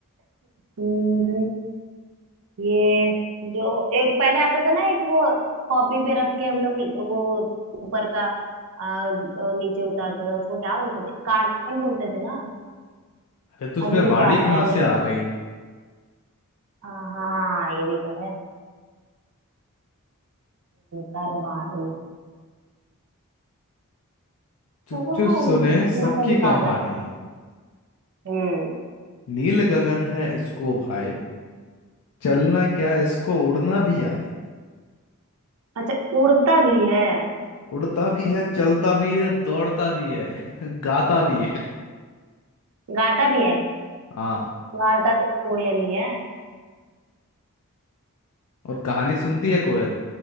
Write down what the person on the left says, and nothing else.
अरे तो उसमें
वाणी
कहाँ
से आ गई
चुप
चुप
सुने सबकी
कहानी
नील गगन है इसको भाई चलना क्या इसको उड़ना भी आए
उड़ता भी है चलता भी है दौड़ता भी है <laughs> गाता भी है
हाँ
और कहानी सुनती है कोयल